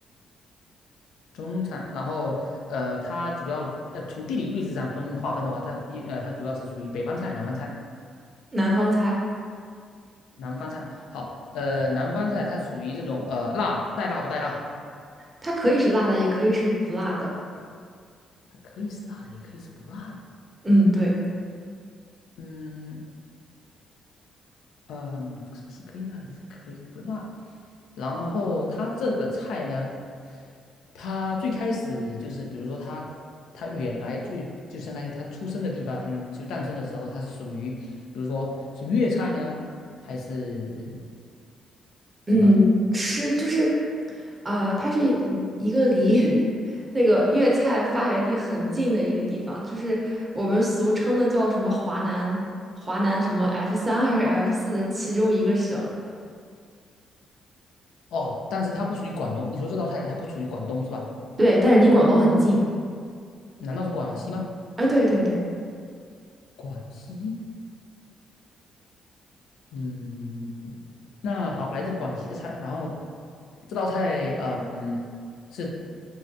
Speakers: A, on the left (about 80°); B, on the right (about 25°).
A: 中餐，然后呃，它主要呃从地理位置上分划分的话，它一呃它主要是属于北方菜、南方菜。
B: 南方菜，
A: 南方菜好，呃，南方菜它属于这种呃辣带辣不带辣，
B: 它可以是辣的，也可以是不辣的。
A: 它可以是辣的，也可以是不辣的。
B: 嗯，对。
A: 嗯，嗯，是可以辣也是可以不辣。然后它这个菜呢，它最开始就是，比如说它它原来最就相当于它出生的地方，就诞生的时候，它是属于，比如说是粤菜呢，还是
B: 嗯，
A: 什么？
B: 吃就是，啊、它是一一个离 <laughs> 那个粤菜发源地很近的一个地方，就是我们俗称的叫什么华南，华南什么 F 三还是 F 四的其中一个省。
A: 哦，但是它不属于广东。你说这道菜它不属于广东是吧？
B: 对，但是离广东很近。
A: 难道是广西吗？
B: 哎，对对对，
A: 广西？嗯，那好，来自广西的菜，然后这道菜，呃嗯，是